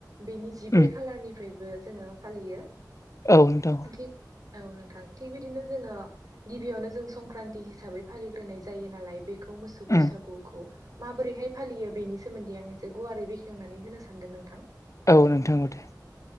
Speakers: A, on the right; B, on the left.
A: बेनि जिब्रै
B: उम
A: खालारनिफ्रायबो जोङो फालियो
B: औ नोंथां
A: थिग औ नोंथां थिग बिदिनो जोङो गिबियावनो जों संक्रान्ति हिसाबै फालिग्रोनाय जायो नालाय बे खौ मोसौ बैसागुखौ
B: उम
A: माबोरैहाय फालियो बेनि सोमोन्दै आं एसे गुवारै बेखेवनानै होनो सानदों नोंथां
B: औ नोंथां मथे